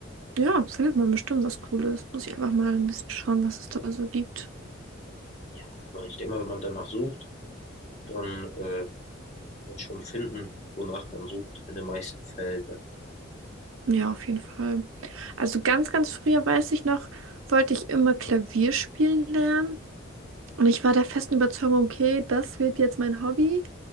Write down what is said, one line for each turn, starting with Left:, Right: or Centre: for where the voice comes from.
Right: ja, findet man bestimmt was Cooles. Muss ich einfach mal ein bisschen schauen, was es da so gibt.
Left: Ja, aber ich denke mal, wenn man danach sucht, dann äh, wird schon finden, wonach man sucht, in den meisten Fällen. Ne?
Right: Ja, auf jeden Fall. Also ganz, ganz früher weiß ich noch, wollte ich immer Klavier spielen lernen. Und ich war der festen Überzeugung, okay, das wird jetzt mein Hobby.